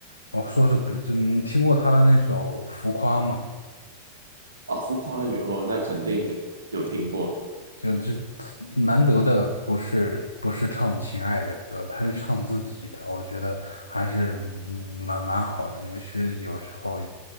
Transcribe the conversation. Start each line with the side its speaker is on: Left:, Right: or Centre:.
Left: 我说是不就你听过他的那首《浮夸》吗？
Right: 啊，浮夸语哦，那肯定的，有听过，
Left: 就这难得的不是不是唱情爱的歌，他是唱自己的，我觉得还是嗯蛮蛮好的。尤其是有时候，